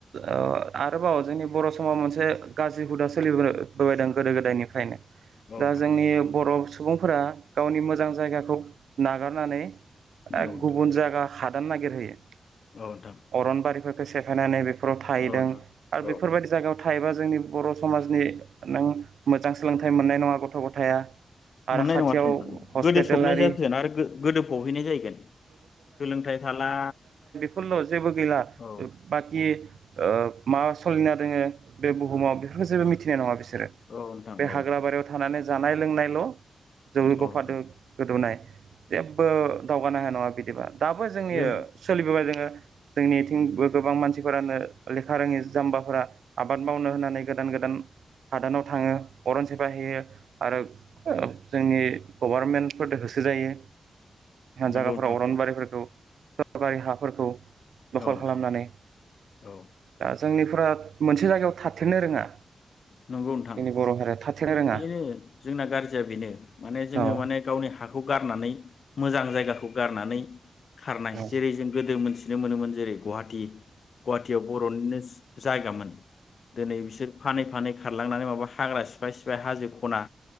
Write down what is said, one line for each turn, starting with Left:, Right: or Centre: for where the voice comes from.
Right: ओ आरोबाव जोंनि बर' समाव मोनसे गाज्रि हुदा सोलिबोबोबायदों गोदो गोदायनिफ्रायनो
Left: नोंथां
Right: दा जोंनि बर' सुबुंफोरा गावनि मोजां जायगाखौ नागारनानै
Left: औ नोंथां
Right: ए गुबुन जायगा ह नागिर हैयो
Left: औ नोंथां
Right: अरनबारिफोर खो सेफायनानै बे- फोराव थाहैदों
Left: औ नोंथां
Right: आरो
Left: औ
Right: बेफोरबायदि
Left: नोंथां
Right: जागायाव थायोबा जोंनि बर' समाजनि नों मोजां सोलोंथाइ मोननाय नङा गथ' गथाया आरो
Left: मोननाय
Right: खाथियाव
Left: नङाथ' नोंथां
Right: हस्पिटालारि
Left: गोदो फबनाय जाथियानो आरो गोदो फबहैनाय जाहैगोन सोलोंथाइ थाला
Right: फोरल' जेबो गैला
Left: औ
Right: बाखि ओ मा सलिना दोङो बे बुहुमाव बेफोरखो जेबो मिथिनाय नङा बिसोर
Left: औ नोंथां
Right: बे
Left: औ
Right: हाग्रा बारियाव थानानै जानाय लोंनायल' जौ
Left: औ
Right: बफादो
Left: नोंथां
Right: गोदौनाय जेबो दावगानो हाया नङा बिदिबा दाबो जोंनियो
Left: जों
Right: सोलिबोबाय दोङो जोंनिथिंबो गोबां मानसिफोरानो लेखा रोङि जाम्बाफोरा आबाद मावनो होननानै गोदान गोदान हादानाव थाङो अरन सेफायहैयो आरो ओ जोंनि गभारमेन्टफोरदो होसो जायो
Left: नंगौ
Right: जागाफोराव
Left: नोंथां
Right: अरनबारिफोरखौ सरकारि हाफोरखौ दखल
Left: औ नोंथां
Right: खालामनानै
Left: औ
Right: दा जोंनि फोरा मोनसे जायगायाव थाथिरनो रोङा
Left: नंगौ नोंथां
Right: जोंनि बर' हारिया थाथेरनो रोङा
Left: बेनो जोंना गारजिया बेनो माने जोङो
Right: औ
Left: माने गावनि हाखौ गारनानै मोजां जायगाखौ गारनानै खारनाय
Right: औ
Left: जेरै जों गोदो मोनसे मिथिनो मोनोमोन जेरै गुवाहाटि गुवाहाटियाव बर'निनो जायगामोन दोनै बिसोर फानै फानै खारलांनानै माबा हाग्रा सिफाय सिफाय हाजो खना